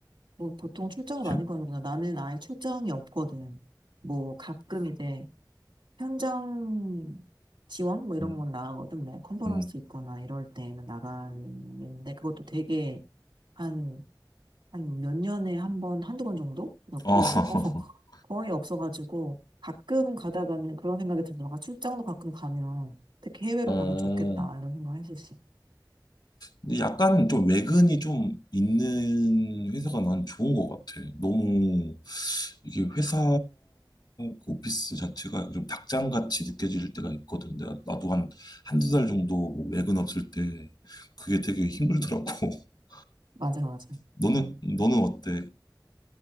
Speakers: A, on the right; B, on the left.
A: 뭐 보통 출장을
B: 재-
A: 많이 가는구나. 나는 아예 출장이 없거든. 뭐 가끔 이제 현장 지원 뭐 이런
B: 음,
A: 건 나가거든. 뭐 컨퍼런스
B: 음.
A: 있거나 이럴 때는 나가는데 그것도 되게 한, 한 몇 년에 한 번, 한두 번 정도? 그렇고
B: 어,
A: <laughs>
B: <laughs>
A: 거의 없어가지고 가끔 가다가는 그런 생각이 들더라고. 아, 출장도 가끔 가면 특히 해외로
B: 어,
A: 가면 좋겠다 이런 생각 했었어.
B: 근데 약간 좀 외근이 좀 있는 회사가 난 좋은 것 같아. 너무 이게 회사 그 오피스 자체가 좀 닭장같이 느껴질 때가 있거든. 내가 나도 한 한두 달 정도 뭐 외근 없을 때 그게 되게 힘들더라고. <laughs>
A: 맞아, 맞아.
B: 너는 너는 어때?